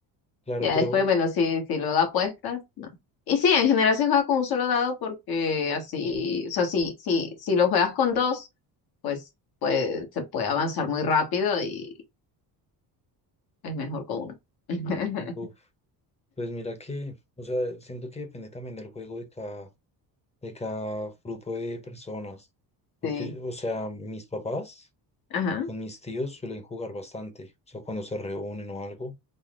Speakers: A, on the left; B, on the left.
A: Claro,
B: Ya
A: pero
B: después, bueno, si, si luego apuestas, no. Y sí, en general se juega con un solo dado porque así, o sea, si, si, si lo juegas con dos, pues, pues se puede avanzar muy rápido y es mejor con uno. <laughs>
A: buf, pues mira que, o sea, siento que depende también del juego de cada, de cada grupo de personas. Porque,
B: Sí,
A: o sea, mis papás
B: ajá,
A: con mis tíos suelen jugar bastante. O sea, cuando se reúnen o algo,